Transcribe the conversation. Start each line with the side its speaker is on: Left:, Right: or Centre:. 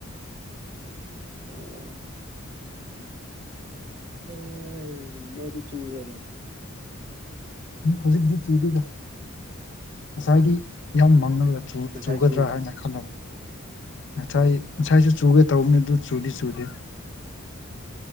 Right: ꯑꯣ ꯑꯥꯏ ꯅꯣꯏꯗꯤ ꯆꯨꯕ꯭ꯔꯅꯦ꯫
Left: ꯎꯪ ꯍꯧꯖꯤꯛꯇꯤ ꯆꯨꯗꯦꯗ ꯉꯁꯥꯏꯗꯤ ꯌꯥꯝ ꯃꯥꯡꯉꯔꯒ ꯆꯨ
Right: ꯉꯁꯥꯏ
Left: ꯆꯨꯒꯗ꯭ꯔꯥ
Right: ꯆꯨꯕ꯭ꯔꯥ
Left: ꯍꯥꯏꯅ ꯈꯜꯂꯝ ꯉꯁꯥꯏ ꯉꯁꯥꯏꯁꯨ ꯆꯨꯒꯦ ꯇꯧꯕꯅꯦ ꯑꯗꯨ ꯆꯨꯗꯤ
Right: ꯎꯝ
Left: ꯆꯨꯗꯦ꯫